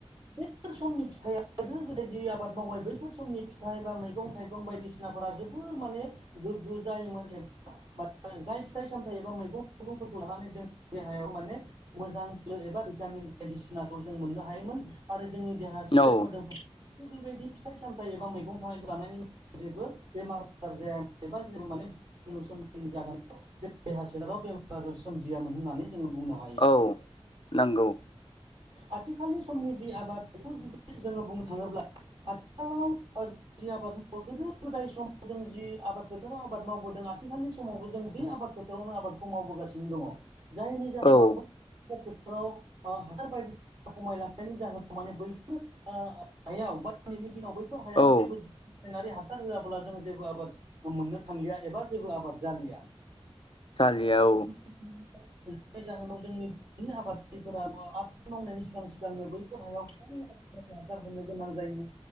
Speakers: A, on the right; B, on the left.
A: बैफोर समनि फिथाइया गोदो गोदाय जि आबाद मावबाय बैफोर समनि फिथाइ बा मैगं थाइगं बायदि सिनाफोरा जोबोर माने गोग्गो जायोमोन। एबा जाय फिथाइ सामथाइ एबा मैगं थाइगंफोरखौ लानानै जों देहायाव माने मोजां बोलो एबा भिटामिन बायदिसिनाखौ जों मोननो हायोमोन आरो जोंनि देहा सोलेर
B: औ
A: मोदोम थिग बेबायदि फिथाइ सामथाइ एबा मैगं थायगं जानायनि जेबो बेमार आजार जाया एबा जेबो माने <unintelligible> जाहोनाव जों देहा सोलेराव बेमार आजार सोमजियामोन होननानै जोङो बुंनो हायो
B: औ नोंगौ।
A: आथिखालनि समनि जि आबाद बेखौ जुदि जोङो बुंनो थाङोब्ला आथिखावलाव <unintelligible> जि आबाद मावो गोदो गोदाय समाव जों जि आबाद फोथाराव आबाद मावबोदों। आथिखालनि समावबो जों बे आबाद फोथारावनो आबादखौ मावबोगासिनो दङ। जायनि जाहोनाव
B: औ
A: बै फोथाराव हासार बायदिसिना खमायलां नि जाहोनाव माने बैफोर ओ हायाव बा दिनैनि दिनाव बैफोर हायाव
B: औ
A: जेबो रासायनारि हासार होआब्ला जों जेबो आबाद मोननो थांलिया एबा जेबो आबाद जालिया।
B: जालिया औ।
A: जायनि जाहोनाव जोंनि हाबादारिफोरा आबाद मावनायनि सिगां सिगांनो बैफोर हायाव गोबां हासार होनो गोनां जायो।